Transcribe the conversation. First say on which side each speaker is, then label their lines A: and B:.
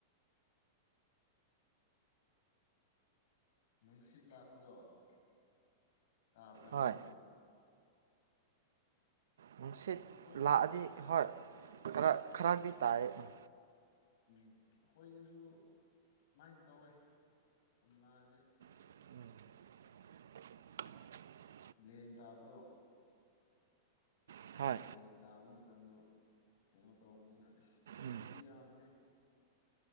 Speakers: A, on the left; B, on the right.
A: ꯅꯨꯡꯁꯤꯠ ꯂꯥꯛꯄꯗꯣ <unintelligible> ꯇꯥꯕ꯭ꯔꯥ ꯅꯣꯏꯖꯨ
B: ꯍꯣꯏ ꯅꯨꯡꯁꯤꯠ
A: ꯑꯩꯈꯣꯏꯗꯁꯨ
B: ꯂꯥꯛꯑꯗꯤ ꯍꯣꯏ ꯈꯔ ꯈꯔꯗꯤ ꯇꯥꯏꯑꯦ <unintelligible>
A: ꯎꯝ ꯑꯩꯈꯣꯏꯗꯁꯨ ꯁꯨꯃꯥꯏꯟ ꯇꯧꯋꯦ ꯀꯣꯝꯂꯥꯖꯦ <inaudible>
B: <inaudible> <unintelligible>
A: ꯂꯦꯟ ꯇꯥꯕꯗꯣ
B: <unintelligible>
A: ꯂꯥꯟ ꯇꯥꯕ ꯃꯇꯝꯗꯣ <unintelligible> <inaudible> ꯀꯩꯅꯣ ꯇꯧꯕꯅꯤꯅ ꯑꯁ ꯍꯟꯗꯛꯗꯤ
B: ꯎꯝ
A: ꯌꯥꯝꯗꯦ <inaudible>